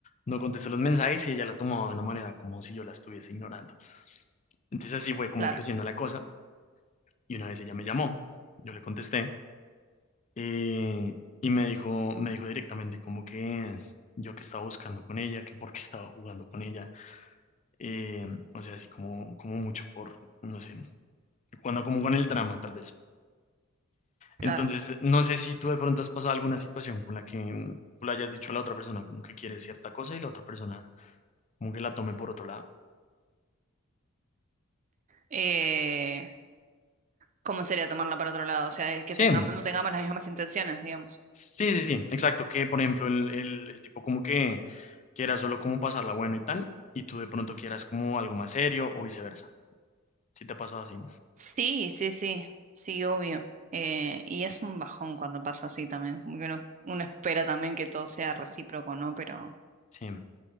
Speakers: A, on the left; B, on the right.
A: no contesto los mensajes y ella lo tomó de una manera como si yo la estuviese ignorando. Entonces así fue como
B: Claro,
A: creciendo la cosa y una vez ella me llamó, yo le contesté eh, y me dijo, me dijo directamente como que yo que estaba buscando con ella, que por qué estaba jugando con ella Eh, o sea, así como, como mucho por, no sé, cuando como con el drama, tal vez.
B: claro.
A: Entonces, no sé si tú de pronto has pasado alguna situación con la que mm, tú le hayas dicho a la otra persona como que quiere cierta cosa y la otra persona como que la tome por otro lado.
B: Eh, ¿cómo sería tomarla para otro lado? O sea, que
A: Sí,
B: tengamos, no tengamos las mismas intenciones, digamos.
A: sí, sí, sí, exacto. Que por ejemplo, el, el, el tipo como que quiera solo como pasarla bueno y tal, y tú de pronto quieras como algo más serio o viceversa. Si te ha pasado así.
B: Sí, sí, sí, sí, obvio. Eh, y es un bajón cuando pasa así también. Como que uno, uno espera también que todo sea recíproco, ¿no? Pero
A: Sí,